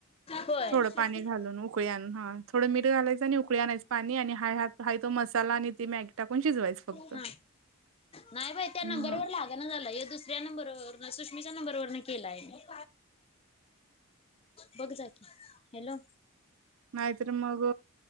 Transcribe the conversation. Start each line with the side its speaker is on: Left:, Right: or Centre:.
Left: होय.
Right: थोडं
Left: <unintelligible>
Right: पाणी घालून उकळी आण हा थोडं मीठ घालायचं आणि उकळी आणायच पाणी आणि हा ह हा तो मसाला आणि ती मॅगी टाकून शिजवायचं फक्त.
Left: हा नाही बाई त्या नंबर
Right: मग
Left: वर लाग झाला दुसऱ्या नंबरवर सुषमिच्या नंबरवर न केला आहे. बघ जाकी, हॅलो.
Right: नाहीतर मग